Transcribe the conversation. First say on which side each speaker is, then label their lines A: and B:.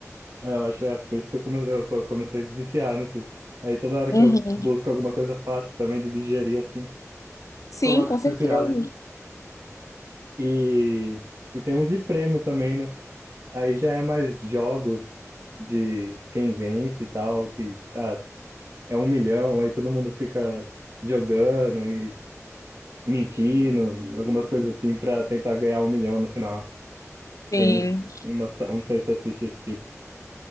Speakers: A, on the right (about 55°); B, on the left (about 80°).
A: é, eu acho, é por isso que eu, come, eu eu comecei a viciar nesses. Aí toda hora
B: Uhum.
A: que eu busco alguma coisa fácil também de digerir, assim,
B: Sim,
A: eu coloco
B: com
A: esses
B: certeza.
A: reality. E, e tem uns de prêmio também, né? Aí já é mais jogos de quem vence e tal, que ah, é um milhão, aí todo mundo fica jogando e mentindo, algumas coisas assim, pra tentar ganhar um milhão no final.
B: Sim.
A: Tem uns, umas, eu não sei se assiste esse tipo.